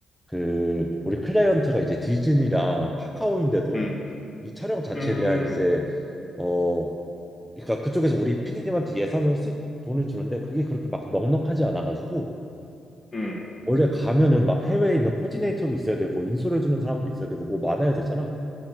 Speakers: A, in the centre; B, on the left.
A: 그 우리 클라이언트가 이제 디즈니랑 카카오인데도
B: 음,
A: 이 촬영 자체에
B: 음,
A: 대한 이제 어 그러니까 그쪽에서 우리 피디님한테 예산을 쓸 돈을 주는데 그게 그렇게 막 넉넉하지 않아가지고
B: 음.
A: 원래 가면은 막 해외에 있는 코디네이터도 있어야 되고 인솔해 주는 사람도 있어야 되고 뭐 많아야 되잖아.